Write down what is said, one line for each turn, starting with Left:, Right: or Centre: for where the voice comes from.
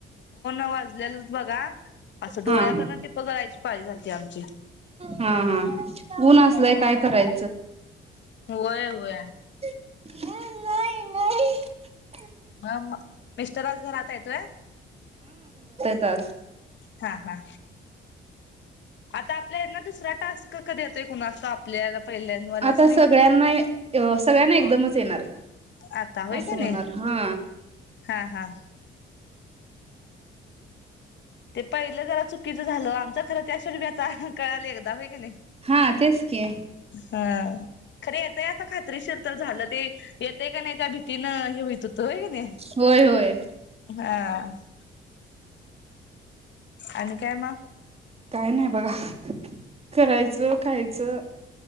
Left: वाजलेलच बघा असं डोळ्या
Right: हा
Left: कडन टिप गळायची पाळी झालती आमची
Right: हा हा ऊन असलय काय कराय.
Left: होय होय
Right: <inaudible>
Left: म-म-मिस्टर आज घरात हाईत होय?
Right: ताज
Left: हा हा आता आ आपल्या इथंन दुसरा टास्क कधी येतोय कुणास टोक आपल्याला पहिल्यांवाल्यासनी
Right: आता सगळ्यांना अ सगळ्यांना एकदमच येणार
Left: आता होय
Right: असं
Left: का
Right: होणार
Left: नाही
Right: हा
Left: हा हा ते पहिलं जरा चुकीचं झालं आ खर त्यासनी कनी आता कळाले एकदा होय क नाही
Right: हा तेच की
Left: ह खरे येतय आता खात्रीशीर तर झालं ते येतय काय नाही त्या भीतीन हे होईत होतंय होय नाही
Right: होय होय
Left: हा आणि काय मग?
Right: काय नाही बघा. करायचं खायचं.